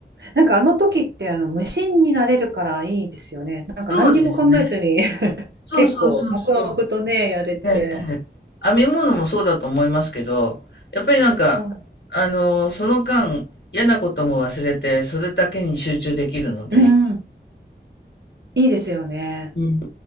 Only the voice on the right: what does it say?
なんかあの時ってあの無心になれるからいいですよね。なんか何にも考えずに
<laughs>
結構黙々とね、やれて。
そう。
うんうん、いいですよね。